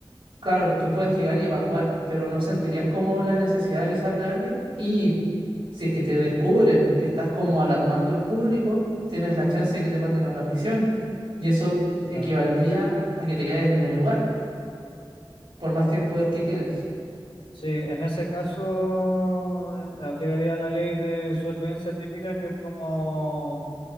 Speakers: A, on the right (about 80°); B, on the left (about 80°).
A: Claro, tú puedes llegar y evacuar, pero no sentirías como la necesidad de avisarle a alguien. Y si es que te descubren que estás como alarmando al público, tienes la chance de que te manden a una prisión. Y eso equivaldría
B: Claro.
A: a que te quedes en el lugar por más tiempo del que quieras.
B: Sí, en ese caso eh, aplicaría la ley de supervivencia típica, que es como